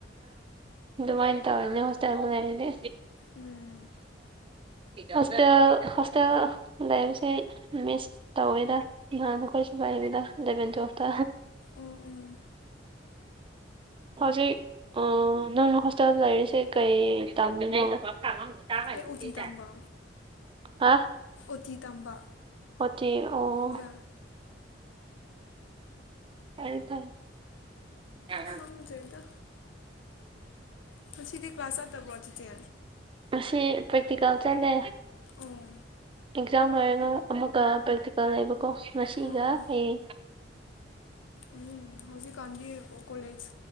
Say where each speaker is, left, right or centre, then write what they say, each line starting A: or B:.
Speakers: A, on the right; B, on the left.
A: ꯑꯗꯨꯃꯥꯏꯅ ꯇꯧꯔꯤꯅꯦ ꯍꯣꯁꯇꯦꯜ ꯂꯩꯔꯅꯦ
B: ꯎꯝ
A: ꯍꯁꯇꯦꯜ ꯍꯣꯁꯇꯦꯜ ꯂꯩ ꯁꯤ ꯑꯩ ꯃꯤꯁ ꯇꯧꯋꯤꯗ ꯅꯍꯥꯟꯅ ꯑꯩꯈꯣꯏꯁꯨ ꯄꯥꯏꯕꯤꯗ ꯏꯂꯚꯦꯟ ꯇꯨꯌꯦꯜꯞꯇ
B: ꯎꯝ ꯎꯝ
A: ꯍꯧꯖꯤꯛ ꯅꯪꯅ ꯍꯣꯁꯇꯦꯜꯗ ꯂꯩꯔꯤꯁꯦ ꯀꯩ ꯇꯝꯕꯅꫭ ꯥ ꯇ ꯍꯥꯏꯅꯤ
B: ꯑꯩ ꯑꯣꯇꯤ
A: ꯆ ꯆ
B: ꯇꯝꯕ
A: <unintelligible> ꯑ
B: ꯑꯣꯇꯤ ꯇꯝꯕ
A: ꯑꯣꯠꯇ ꯑꯣ
B: ꯍꯣꯏ
A: ꯑꯦꯔꯤ ꯊꯝ ꯍꯝ ꯍꯝ
B: ꯈꯪꯗ꯭ꯔꯦꯗ ꯉꯁꯤꯗꯤ ꯀ꯭ꯂꯥꯁ ꯆꯠꯇꯕ꯭ꯔꯣ ꯆꯤꯆꯦ
A: ꯑꯁꯤ ꯄ꯭ꯔꯦꯛꯇꯤꯀꯜ ꯆꯠꯂꯦ
B: ꯑꯣ
A: ꯑꯦꯛꯖꯥꯝ ꯑꯣꯏꯔ ꯑꯃꯒ ꯄ꯭ꯔꯦꯛꯇꯤꯀꯦꯜ ꯂꯩꯕꯀꯣ ꯉꯁꯤꯒ
B: ꯑꯣ ꯑꯣ
A: ꯍꯌꯦꯡ
B: ꯎꯝ ꯍꯧꯖꯤꯛꯀꯥꯟꯗꯤ ꯀꯣꯂꯦꯖꯀꯤ